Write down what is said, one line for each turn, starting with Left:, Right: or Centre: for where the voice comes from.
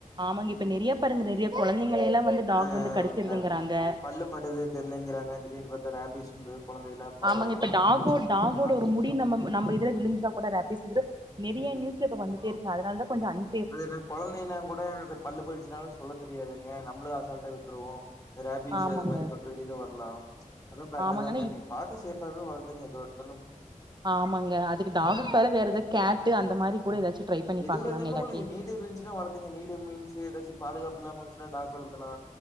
Right: ஆமாங்க இப்ப நிறைய பாருங்க நிறைய குழந்தைங்கள எல்லா வந்து டாக்
Left: ஆ
Right: வந்து கடிச்சிருதுங்கறாங்க
Left: கரெக்ட்டு பல்லு படுது தெரியிலங்கிறாங்க திடீர்னு பார்த்தா ரேபிஸ் வந்து கொழந்தையெல்லா பாவமா
Right: ஆமாங்க இப்ப டாகோ டாகோட
Left: பாத்துட்டு
Right: ஒரு முடி
Left: இருக்கு
Right: நம்ம நம்ம இதுல விழுந்துடா கூட ரேபி பிஸ் வந்துரு நிறைய நியூஸ்ல இப்போ வந்துட்டே இருக்கு அதனால தான் கொஞ்ச அன்
Left: அது என்ன குழந்தைனா கூட பல்லு போயிடுச்சுனாலு சொல்ல தெரியாதுங்க நம்மளு அசால்ட்டா விட்ருவோ ரேபிஸ்
Right: ஆமாங்க
Left: அது மாரி தொட்டாக்கீது வரலா அதுவு கரெக்டு
Right: ஆமாங்க
Left: தாங்க
Right: ஆனா இப்
Left: நீங்க பாத்து சேஃபாவே வளர்த்துங்க எதுவா இருந்தாலு
Right: ஆமாங்க அதுக்கு டாகுபதிலா வேற ஏதாது கேட்டு அந்த மாரி கூட ஏதாச்சு ட்ரை பண்ணி
Left: எதுல
Right: பாக்கலாங்க
Left: இருந்துமே
Right: இல்லாட்டி
Left: உங்களுக்கு நீடு இருந்துச்சுனா வளத் ங்க நீடு மீன்ஸ்ஸு ஏதாச்சு பாதுகாப்பு இல்லாம வச்சுனா டாக் வளத்துலா